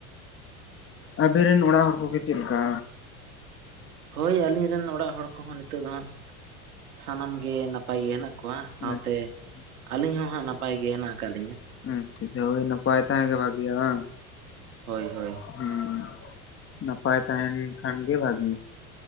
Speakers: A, on the left; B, on the right.
A: ᱟᱵᱤᱱ ᱨᱮᱱ ᱚᱲᱟᱜ ᱦᱚᱲ ᱠᱚᱜᱮ ᱪᱮᱫ ᱞᱮᱠᱟ
B: ᱦᱳᱭ ᱟᱹᱞᱤᱧ ᱨᱮᱱ ᱚᱲᱟᱜ ᱦᱚᱲ ᱠᱚᱦᱚᱸ ᱱᱤᱛᱚᱜ ᱫᱚ ᱦᱟᱸᱜ ᱥᱟᱱᱟᱢ ᱜᱮ ᱱᱟᱯᱟᱭ ᱜᱮ ᱦᱮᱱᱟᱜ ᱥᱟᱶᱛᱮ
A: ᱟᱪᱪᱷᱟ
B: ᱟᱹᱞᱤᱧ ᱦᱚᱸ ᱦᱟᱸᱜ ᱱᱟᱯᱟᱭ ᱜᱮ ᱦᱮᱱᱟᱜ ᱟᱠᱟᱫ ᱞᱤᱧᱟᱹ
A: ᱟᱪᱷᱟ ᱟᱪᱷᱟ ᱦᱳᱭ ᱱᱟᱯᱟᱭ ᱛᱟᱦᱮᱸ ᱜᱮ ᱵᱷᱟᱜᱮᱭᱟ ᱵᱟᱝ?
B: ᱦᱳᱭ ᱦᱳᱭ
A: ᱦᱮᱸ ᱱᱟᱯᱟᱭ ᱛᱟᱦᱮᱱ ᱠᱷᱟᱱ ᱜᱮ ᱵᱷᱟᱜᱤ